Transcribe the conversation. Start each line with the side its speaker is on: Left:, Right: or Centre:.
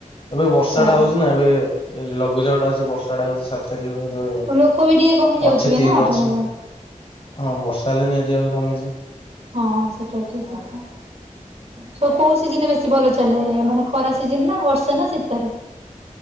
Left: ଏବେ ବର୍ଷା
Right: ଆଜ୍ଞା।
Left: ଟା ହଉଚି ନା ଏବେ ଲଘୁଚାପ ଟା ଅଛି ବର୍ଷା ଟା ହଉଚି। ତାରିଖ ଯୋଉ।
Right: ଲୋକ ବି ଟିକେ କମି ଯାଉଥିବେ
Left: ଅଛି ତିନି
Right: ନା ଆପଣଙ୍କ
Left: ଅଛି। ହଁ। ବର୍ଷା ହେଲେ ନିହାତି ଭାବରେ କମିଚି।
Right: ହଁ ସେଟା ଠିକ କଥା ସ କୋଉ ସିଜିନେ ବେ ସି ଭଲ ଚାଲେ ମାନେ ଖରା ସିଜନ ନା ବର୍ଷା ନା ଶୀତରେ।